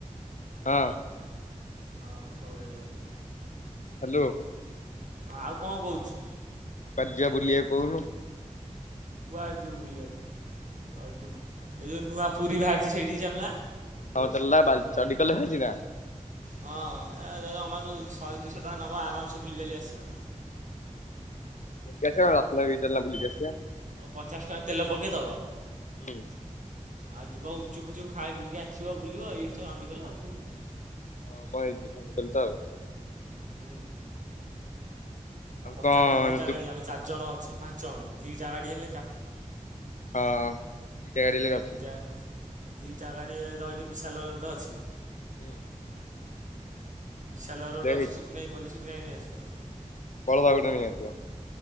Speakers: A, on the left; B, on the right.
A: ହଁ।
B: ହଁ ସୌରା ଯାଇଚି ପା ନା କଣ?
A: ହ୍ୟାଲୋ
B: ହଁ ଆଉ କଁ କହୁଚୁ?
A: କୁଆଡେ ଯିବା ବୁଲିବାକୁ କହୁନୁ?
B: କୁଆଡ଼େ ଯିବୁ ବୁଲିବାକୁ ରଜକୁ? ଏ ଯଉ ନୂଆ ପୁରୀ ବାହାରିଚି ସେଇଠିକି ଚାଲ ନା।
A: ହଁ ଚଲନା ବା ଚଣ୍ଡିଖୋଲ ରେ ଭାଚି ନା?
B: ହଁ ଏ ଦ ଦ ଆମର ତ ଶହେ ଦୁଇଶହ ଟଙ୍କା ନବ ଆରାମସେ ବୁଲିିବାଲି କି ଆସିବ।
A: <unintelligible> ରତ୍ନଗିରି ଚାଲନା ବୁଲିକି ଆସିଆ।
B: ପଚାଶ ଟଙ୍କା ତେଲ ପକେଇଦବ
A: ହୁଁ
B: ଆଉ ଯିବା ଗୁଚୁପୁ ଫୁଚୁ ଖାଇ ପିଇକି ଆସିବ ବୁଲିବ। ଏଇଠି ତ ଚଣ୍ଡିଗଲ ଆଉ କଉଠି କି?
A: ହଁ ମଁ ଏଇ <unintelligible> ତ ଆଉ।
B: ହୁଁ। ଆଉ ପଚାରନ
A: କଣ
B: ନା ଦିଟା
A: ତୁ
B: ଗାଡି ଆମେ ଚାରିଜଣ ଅଛେ ପାଞ୍ଚ ଜଣ ଦିଟା ଗାଡି ହେଲେ କାଫି।
A: ହଁ। ଦିଟା ଗାଡି ହେଲେ
B: ଆଉ
A: କାଫି
B: ଦିଟା ଦିଟା ଗାଡ଼ି ରହିଲେ ବିଶାଲ ର ଗୋଟେ ଅଛି।
A: ହୁଁ।
B: ବିଶାଲ
A: ହେଲେ
B: ର ଗୋଟେ ଅଛି
A: ହେଇଛି
B: ସିବୁନାଇ କହିଲେ ସିବୁନାଇ ନେଇ ଆସିବ।
A: କଳୁଆ ଗୋଟେ ନେଇ ଆସିବ।